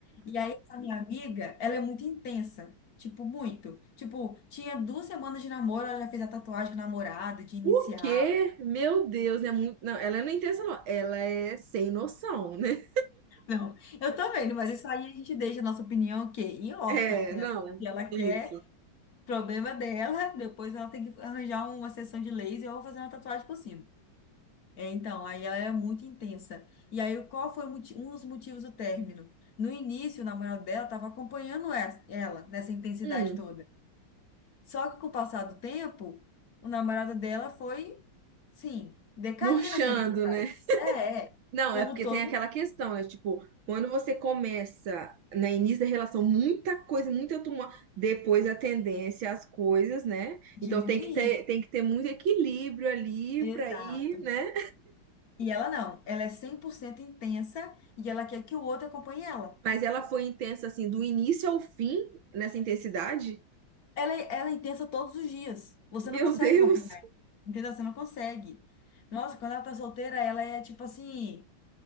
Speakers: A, on the left; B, on the right.
A: E aí, essa minha amiga, ela é muito intensa, tipo, muito. Tipo, tinha duas semanas de namoro, ela já fez a tatuagem de namorado, de inicial.
B: O quê? Meu Deus, é muito. Não, ela não é intensa, não. Ela é sem noção, né?
A: Não, eu também, mas isso aí a gente deixa a nossa opinião, o quê? Em off,
B: É,
A: né?
B: não.
A: Se ela
B: Isso.
A: quer, problema dela, depois ela tem que arranjar uma sessão de laser ou fazer uma tatuagem por cima. É, então, aí ela era muito intensa. E aí, qual foi o moti- um dos motivos do término? No início, o namorado dela estava acompanhando es- ela nessa intensidade
B: Hum,
A: toda. Só que com o passar do tempo, o namorado dela foi, sim, decair
B: murchando,
A: nessa intensidade.
B: né?
A: É, é.
B: Não,
A: Como
B: é porque
A: todo,
B: tem aquela questão, é tipo, quando você começa no início da relação, muita coisa, muita tumulto, depois a tendência às coisas, né?
A: diminuir.
B: Então tem que ter, tem que ter muito equilíbrio ali
A: Exato.
B: pra ir, né?
A: E ela não. Ela é 100% intensa e ela quer que o outro acompanhe ela.
B: Mas ela foi intensa assim, do início ao fim, nessa intensidade.
A: Ela, é- ela é intensa todos os dias. Você
B: Meu
A: não consegue
B: <laughs>
A: acompanhar.
B: Deus!
A: Entendeu? Você não consegue. Nossa, quando ela tá solteira, ela é tipo assim,